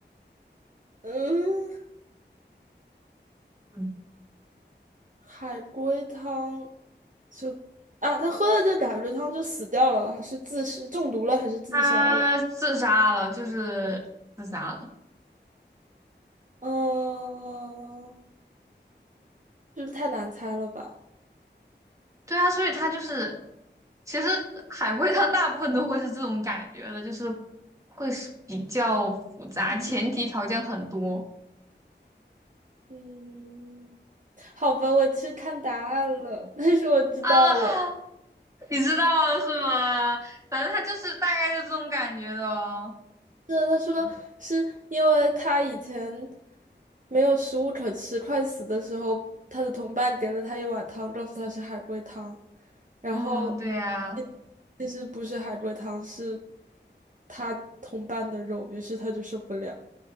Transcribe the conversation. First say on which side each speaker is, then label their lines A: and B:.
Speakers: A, on the right; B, on the right.
A: 嗯，
B: 嗯，
A: 海龟汤就啊，他喝了这海龟汤就死掉了，是自是中毒了还是自杀了？
B: 他自杀了，就是自杀了。
A: 哦，这太难猜了吧？
B: 对啊，所以他就是，其实海龟汤大部分都会是这种感觉的，就是会是比较复杂，
A: 一
B: 前提条件很多
A: 嗯，好吧，我去看答案了，<laughs> 但是我知道了。
B: 啊，<laughs> 你知道是吗？反正他就是大概就这种感觉的哦。
A: 对，他说是因为他以前没有食物可吃，快死的时候，他的同伴给了他一碗汤，告诉他是海龟汤，然后
B: 嗯，对呀，
A: 其其实不是海龟汤，是他同伴的肉，于是他就受不了。